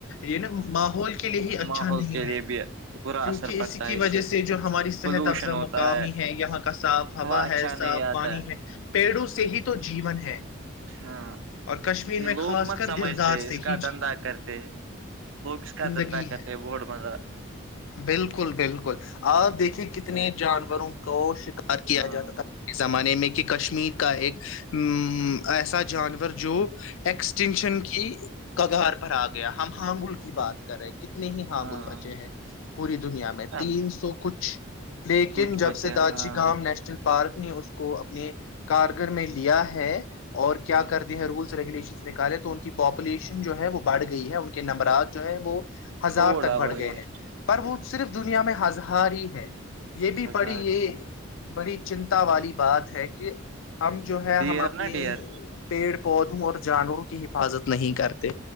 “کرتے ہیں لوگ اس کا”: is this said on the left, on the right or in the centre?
Right